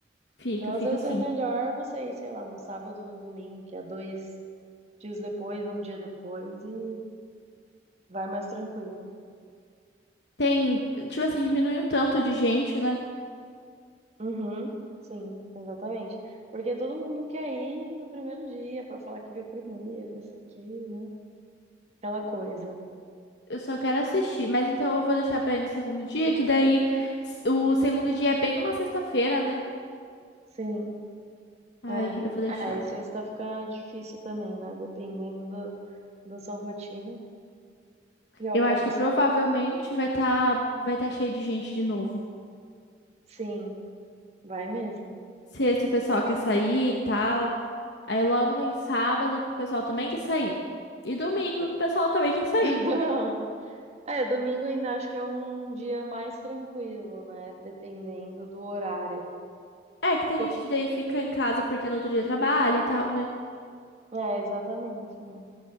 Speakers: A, on the left (about 65°); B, on the right (about 35°).
A: fica,
B: Então,
A: fica
B: às vezes
A: assim.
B: é melhor você ir, sei lá, no sábado ou no domingo, que é dois dias depois, um dia depois, e vai mais tranquilo.
A: Tem, tipo assim, diminui um tanto de gente, né?
B: Uhum, sim, exatamente. Porque todo mundo quer ir no primeiro dia pra falar que viu primeiro, não sei o quê, né? Aquela coisa.
A: Eu só quero assistir, mas então eu vou deixar pra ir no segundo dia, que daí s- o segundo dia é bem numa sexta-feira, né?
B: Sim,
A: Ai,
B: é.
A: eu vou deixar.
B: É, e sexta fica difícil também, né? Dependendo do, da sua rotina. E ó,
A: Eu
B: pra
A: acho
B: você.
A: que provavelmente vai tá, vai tá cheio de gente de novo.
B: Sim, vai mesmo.
A: sexta o pessoal quer sair e tal. Aí logo vem sábado que o pessoal também quer sair. E domingo que o pessoal também quer sair.
B: <laughs> É, domingo ainda acho que é um dia mais tranquilo, né? Dependendo do horário.
A: É que tem
B: Eu-
A: gente que daí fica em casa porque no outro dia trabalha e tal, né?
B: É, exatamente. ó.